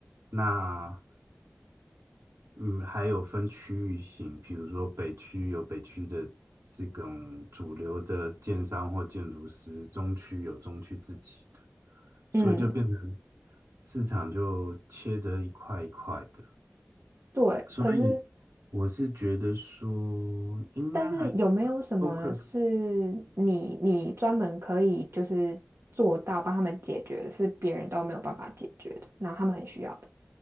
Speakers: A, on the right; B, on the right.
A: 那嗯，还有分区域性，比如说北区有北区的这种主流的建商或建筑师，中区有中区自己的，所以就变成
B: 嗯，
A: 市场就切得一块一块的。
B: 对，
A: 所以我是觉得说，
B: 可是。
A: 应该还是要
B: 但是有没有什么是你你专门可以就是做到帮他们解决，
A: focus，
B: 是别人都没有办法解决的，然后他们很需要的？